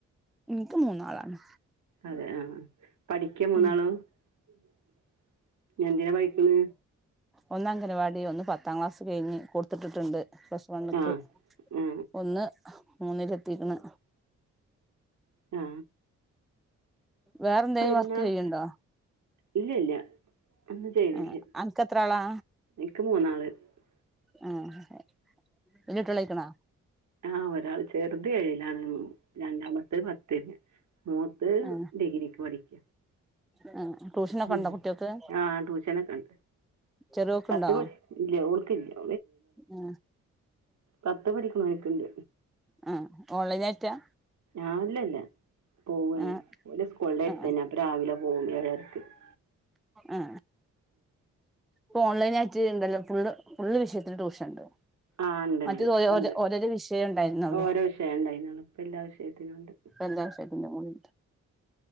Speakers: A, in the centre; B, on the right (about 65°).
A: ഇൻക്ക് മൂന്നാളാണ്
B: അതെ ആഹ പഠിക്ക മൂന്നാളോ
A: ഉം
B: <inaudible> നതിനാ പഠിക്കന്ന്
A: ഒന്നഗനവാടി ഒന്ന് പത്താം ക്ലാസ് കഴിഞ്ഞ് കൊട് ത്തിട്ട്ട്ട്ണ്ട് പ്ലസ് വണ്ക്ക്
B: ആ ആ
A: ഒന്ന് മൂന്നിലെത്തിക്ക്ണ്
B: ആ
A: വേറെന്തെലും
B: പെരുന്നാൾ
A: വർക്ക് ചെയ്യ്ണ്ടോ
B: ഇല്ല യില്ല ഒന്നും ചെയ്യ്ണില്ല
A: ആ അൻക്കെത്ര ആളാ
B: ഇൻക്ക് മൂന്നാള് <unintelligible>
A: ആ ഹെ ല്ല്യ കുട്ട്യേളായ്ക്ക്ണോ
B: ആ ഒരാൾ ചെറ്‌ത് ഏഴിലാണ് രണ്ടാമത്തെ പത്തയ്ഞ്ഞ് മൂത്ത്
A: ആ
B: ഡിഗ്രിക്ക് പഠിക്ക
A: ആ ട്യൂഷനൊക്കെ
B: ഉം
A: ഉണ്ടോ കുട്ട്യാക്ക്
B: ആ ട്യൂഷനൊക്കെ ണ്ട്
A: ചെറിയോക്ക്ണ്ടോ
B: പത്ത് പഠിച്ച് ഇല്ല്യ ഓക്കില്ല്യ
A: ആ
B: പത്ത് പഠിക്കണോനിക്കുണ്ട്
A: ആ ആ ഓൺലൈനായിട്ടാ
B: ആ അല്ലല്ല പോവാണ്
A: ആ
B: ഓലെ സ്കൂൾൻ്റെട്
A: ആ
B: തന്നെ അപ്പൊ രാവിലെ ഓം <unintelligible>
A: ആ പ്പൊൺലൈനായിട്ട് ഇണ്ടല്ലോ ഫുള്ള് ഫുള്ള് വിഷയത്തില് ട്യൂഷൻണ്ട്
B: ആഹ ഉണ്ട്ണ്ട്
A: മറ്റേത്
B: ഉണ്ട്
A: ഓരോരോ വിഷയം ഉണ്ടായിരുന്നുള്ളു
B: ഓരോ വിഷയം ഉണ്ടായിനൊള്ളൂ ഇപ്പെല്ലാ വിഷയത്തിനുണ്ട്
A: ഇപ്പ എല്ലാ വിഷയത്തിന്റെ കൂടി